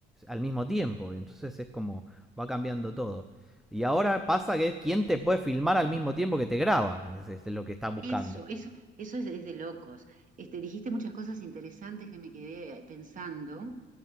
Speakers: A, in the centre; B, on the right.
A: al mismo tiempo. Entonces es como, va cambiando todo. Y ahora pasa que es quién te puede filmar al mismo tiempo que te graba, es, es lo que están
B: Eso,
A: buscando.
B: eso, eso es de, es de locos. Este, dijiste muchas cosas interesantes que me quedé eh, pensando.